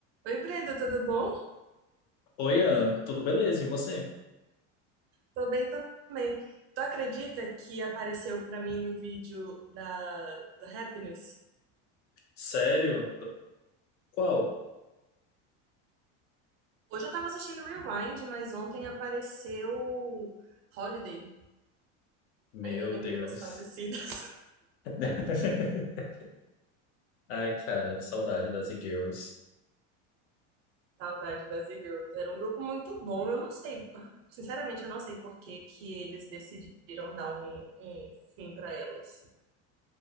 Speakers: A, on the right; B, on the left.
A: Oi, Brenda, tudo bom?
B: Oi, Ana, tudo beleza? E você?
A: Tô bem também. Tu acredita que apareceu pra mim o vídeo da do Happiness?
B: Sério? Qual?
A: Hoje eu tava assistindo Rewind, mas ontem apareceu Holiday.
B: Meu
A: Aí eu lembrei
B: Deus.
A: das falecidas.
B: <laughs> Ai, cara, saudade das e-girls.
A: <laughs> Saudade das E-Girls. Era um grupo muito bom. Eu não sei, sinceramente, eu não sei por que que eles decidiram dar um, um fim pra elas.